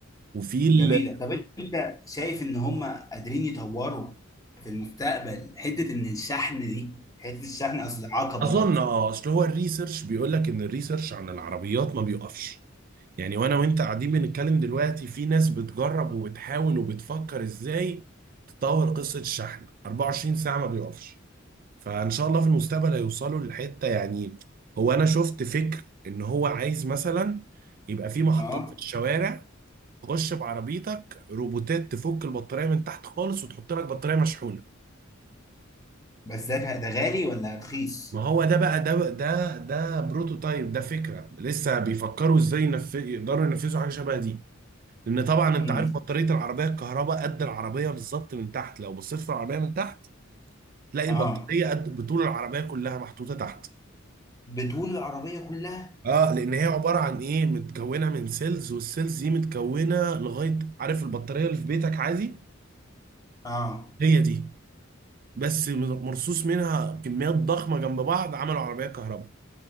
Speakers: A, on the right; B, on the left.
A: وفي ال...
B: جميلة طب انت شايف ان هم قادرين يطوروا في المستقبل حتة ان الشحن دي حتة الشحن اصل عقبة
A: اظن
B: برضه
A: اه اصل هو الريسيرش بيقول لك ان الريسيرش عن العربيات ما بيقفش يعني وانا وانت قاعدين بنتكلم دلوقتي في ناس بتجرب وبتحاول وبتفكر ازاي تطور قصة الشحن 24 ساعة ما بيقفش فان شاء الله في المستقبل هيوصلوا للحتة يعني هو انا شفت فكر ان هو عايز مثلا يبقى في محطات
B: اه
A: في الشوارع تخش بعربيتك روبوتات تفك البطارية من تحت خالص وتحط لك بطارية مشحونة
B: بس ده ده غالي ولا رخيص
A: ما هو ده بقى ده ده ده بروتوتايب ده فكرة لسه بيفكروا ازاي ينف- يقدروا ينفذوا حاجة شبه دي لان طبعا انت
B: امم
A: عارف بطاريه العربيه الكهرباء قد العربيه بالظبط من تحت لو بصيت في العربيه من تحت تلاقي
B: اه
A: البطاريه قد بطول العربيه كلها محطوطه تحت
B: بطول العربية كلها
A: اه لان هي عباره عن ايه متكونه من سيلز والسيلز دي متكونه لغايه عارف البطاريه اللي في بيتك عادي
B: اه
A: هي دي بس مرصوص منها كميات ضخمه جنب بعض عملوا عربيه كهرباء